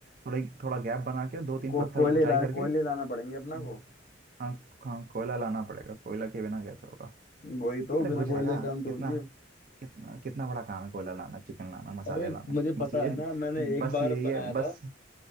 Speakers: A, on the right; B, on the left.
A: थोड़ा थोड़ा गैप बना के दो तीन
B: को,
A: पत्थर
B: कोयले
A: ऊंचाई
B: ला
A: करके
B: कोयले लाना पड़ेंगे अपना
A: हाँ
B: को
A: हाँ हाँ, कोयला लाना पड़ेगा कोयला के बिना कैसे होगा
B: वही तो
A: अरे
B: बिना
A: हो जाएगा
B: कोयले के काम
A: कितना
B: थोड़ी है
A: कितना कितना बड़ा काम है कोयला लाना चिकन लाना मसाले
B: अरे
A: लाने
B: मुझे
A: बस
B: पता
A: ये
B: है ना मैंने एक
A: बस
B: बार
A: यही
B: बनाया
A: है बस
B: था